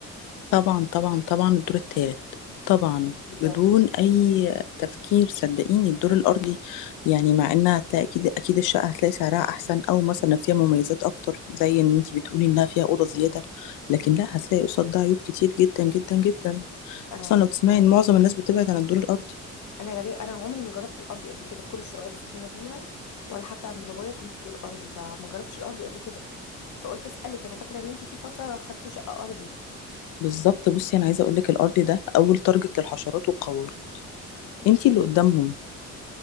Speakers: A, on the left; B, on the left.
A: طبعا طبعا طبعا الدور الثالث طبعا
B: بجد
A: بدون اي تفكير صدقيني الدور الارضي يعني مع انها هتلاقي اكيد اكيد الشقه هتلاقي سعرها احسن او مثلا فيها مميزات اكتر زي ان انت بتقولي انها فيها اوضه زياده لكن
B: مم.
A: لا هتلاقي قصاد ده عيوب كتير جدا جدا جدا
B: انا
A: اصلا لو تسمعي ان معظم الناس بتبعد عن الدور الارضي
B: انا غالبا انا عمري ما جربت الارضي قبل كده في كل الشقق اللي سكننا فيها ولا حتى عند بابايا كنت دور ارضي فما جربتش الارضي قبل كده فقلت اسالك انا فاكره ان انت في فتره خدتوا شقه ارضي
A: بالظبط بصي انا عايزه اقول لك الارضي ده اول تارجت للحشرات والقوارض
B: يا
A: انت
B: لهوي
A: اللي قدامهم